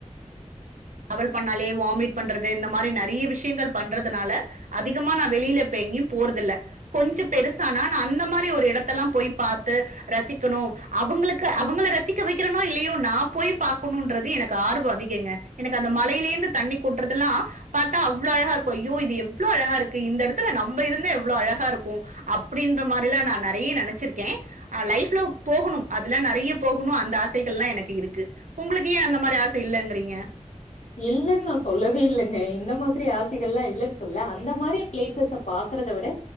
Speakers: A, on the right; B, on the left.
A: அவல் பண்ணாலே வாமிட் பண்றது இந்த மாரி நறைய விஷ்யங்கள் பண்றதுனால அதிகமா நா வெளில இப்ப எங்யு போற்துல்ல கொஞ்ச பெருசானா நா அந்த மாரி ஒரு எடத்தல்ள பொய் பாத்து ரசிக்கணு அவுங்ளுக்கு அவுங்கள ரசிக்க வக்கிறனோ இல்லயோ நா போய் பாக்கணுன்றது எனக் கார்வு அதிகங்க எனக்கு அந்த மலையிலேந்து தண்ணி கொட்றதுல்லா பாத்தா அவ்ளோ அழகா இருக்கு ஐயோ இது எவ்ளோ அழகா இருக்கு இந்த எடத்துல நம்ப இருந்தா எவ்ளோ அழகா இருக்கு அப்டின்ற மாரில்லா நா நறைய நெனச்சிருக்கே ஆ லைஃப்ல போகணும் அதுலா நறைய போகணும் அந்த ஆசைகள்லா எனக்கு இருக்கு உங்களுக்கு ஏன் அந்த மாரி ஆசை இல்லங்கிறீங்க
B: இல்லன்னு நா சொல்லவே இல்லங்க இந்த மாதிரி ஆசைகள்லா இல்லன்னு சொல்ல அந்த மாதிரி பிளேசஸ் பாக்குறத விட